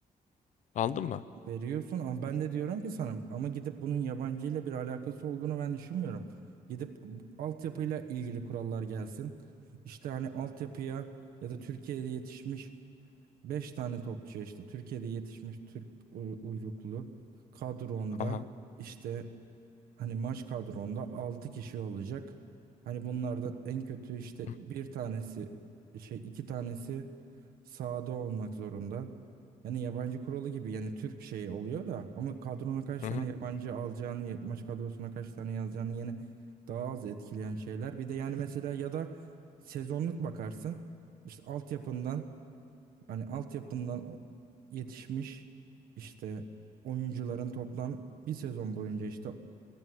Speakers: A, on the left; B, on the right.
A: Anladın mı?
B: Veriyorsun ama ben de diyorum ki sana ama gidip bunun yabancı ile bir alakası olduğunu ben düşünmüyorum. Gidip altyapıyla ilgili kurallar gelsin. İşte hani altyapıya ya da Türkiye'de yetişmiş 5 tane topçu işte Türkiye'de yetişmiş Türk uy- uyruklu kadronda
A: Aha.
B: işte hani maç kadronda 6 kişi olacak. Hani bunlardan en kötü işte
A: Hı
B: bir tanesi şey iki tanesi sahada olmak zorunda. Yani yabancı kuralı gibi yani Türk şeyi oluyor da ama kadrona kaç
A: hı.
B: tane
A: hı.
B: yabancı alacağını, maç kadrosuna kaç tane yazacağını yine daha az etkileyen şeyler. Bir de yani mesela ya da sezonluk bakarsın işte altyapından hani altyapından o- yetişmiş işte oyuncuların toplam bir sezon boyunca işte